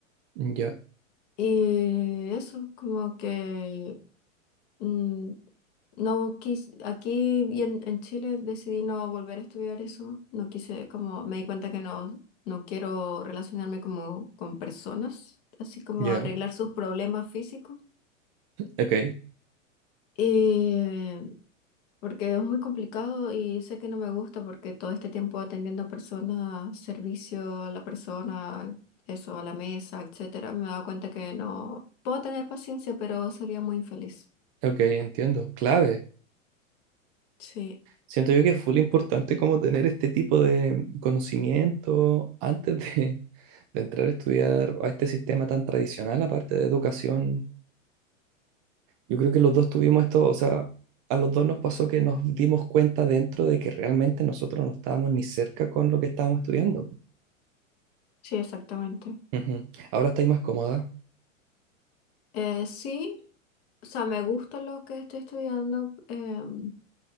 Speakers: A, on the right (about 30°); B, on the left (about 50°).
A: ya,
B: Y eso, como que mm, no quise aquí y en, en Chile decidí no volver a estudiar eso. No quise, como me di cuenta que no, no quiero relacionarme como con personas, así como
A: ya.
B: arreglar sus problemas físicos.
A: Ok,
B: Eh, porque es muy complicado y sé que no me gusta porque todo este tiempo atendiendo a personas, servicio a la persona, eso, a la mesa, etcétera, me he dado cuenta que no puedo tener paciencia, pero sería muy infeliz.
A: ok, entiendo. Clave.
B: Sí,
A: Siento yo que es full importante como tener este tipo de conocimiento antes de, de entrar a estudiar a este sistema tan tradicional, aparte de educación Yo creo que los dos tuvimos esto, o sea, a los dos nos pasó que nos dimos cuenta dentro de que realmente nosotros no estábamos ni cerca con lo que estábamos estudiando.
B: sí, exactamente.
A: Ujú. Ahora estáis más cómoda.
B: Eh, sí, o sea, me gusta lo que estoy estudiando. em,